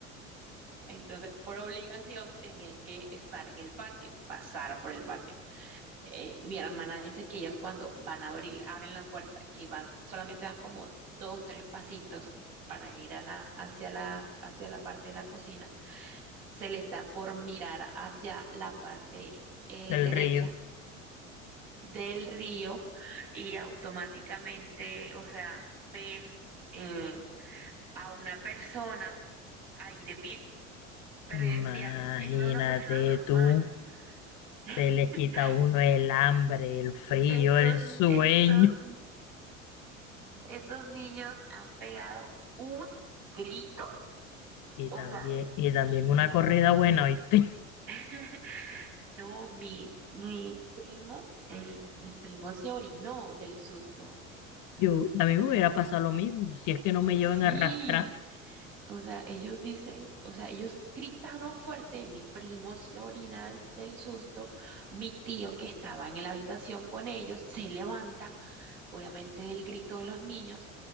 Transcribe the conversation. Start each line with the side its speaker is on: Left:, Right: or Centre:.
Right: Entonces, por obligación, tenían que estar en el patio, pasar por el patio. Eh, mi hermana dice que ellos cuando van a abrir, abren la puerta, que van, solamente dan como dos, tres pasitos para ir a la, hacia la, hacia la parte de la cocina, se les da por mirar hacia la parte eh,
Left: del
Right: derecha
Left: río.
Right: del río y automáticamente, o sea, ven eh, a una persona ahí de pie pero
Left: Imagínate
Right: yo decía, eh, no era una persona normal.
Left: tú,
Right: <laughs>
Left: se les quita a uno el hambre, el frío,
Right: Esos,
Left: el sueño
Right: esos, esos niños han pegado un grito,
Left: y
Right: o
Left: también,
Right: sea,
Left: y también una corrida buena, ¿oíste?
Right: <laughs> no, mi, mi primo, el, mi primo se orinó del susto,
Left: <laughs> Yo, a mí
Right: o
Left: me
Right: sea.
Left: hubiera pasado lo mismo, si es que no me llevan
Right: Sí,
Left: a arrastrar.
Right: o sea, ellos dicen, o sea, ellos gritaron fuerte, mi primo se orina del, del susto, mi tío que estaba en la habitación con ellos se levanta, obviamente del grito de los niños,